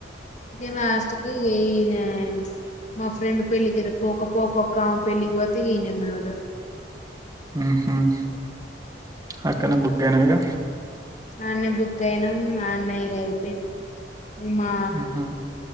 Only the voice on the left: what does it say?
ఇంకా <unintelligible> లాస్ట్ క ఈన మా ఫ్రెండ్ పెళ్ళకిర పోక పోక ఒక్క పెళ్ళకి పోతే ఇయన ఎమ్మటి పడ్డడు
అడనే బుక్ అయినాం అడనే ఇగ అయిపోయింది మా